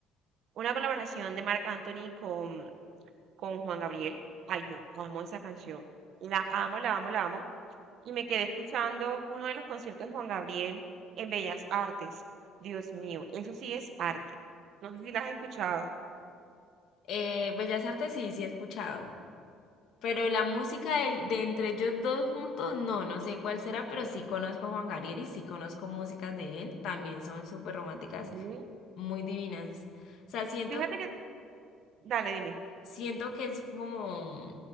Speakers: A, on the right; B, on the left.
A: una colaboración de Marc Anthony con, con Juan Gabriel. Ay, yo amo esa canción. La amo, la amo, la amo. Y me quedé escuchando uno de los conciertos de Juan Gabriel en Bellas Artes. Dios mío, eso sí es arte. No sé si la has escuchado.
B: Eh, Bellas Artes sí, sí he escuchado. Pero la música del- de, entre ellos dos juntos, no, no sé cuál será, pero sí conozco a Juan Gabriel y sí conozco músicas de él. También son súper románticas,
A: Ujú.
B: muy divinas. O sea, siento,
A: Fíjate que, dale, dime.
B: siento que es como,